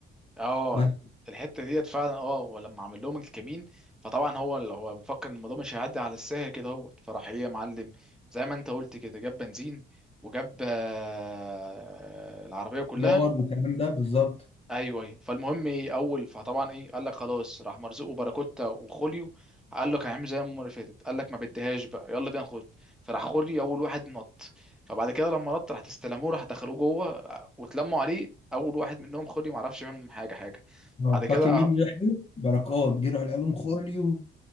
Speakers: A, in the centre; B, on the left (about 30°).
A: اه
B: بس
A: الحته ديت فعلا اه ولما عمل لهم الكمين فطبعا هو اللي هو مفكر ان الموضوع مش هيعدي على السهل كده اهوت فراح ايه يا معلم زي ما انت قلت كده جاب بنزين وجاب آه، العربيه كلها
B: نار والكلام ده بالظبط
A: ايوه ايوه فالمهم ايه اول فطبعا ايه قال لك خلاص راح مرزوق وباراكوتا وخوليو قال لك هنعمل زي المره اللي فاتت قال لك ما بديهاش بقى يلا بينا نخش فراح خوليو اول واحد نط فبعد كده لما نط راح تستلموه راح دخلوه جوه آه، واتلموا عليه اول واحد منهم خوليو ما عرفش منهم حاجه حاجه
B: اه
A: بعد كده
B: فاكر مين اللي لحقه؟ بركات جه راح قال لهم خوليو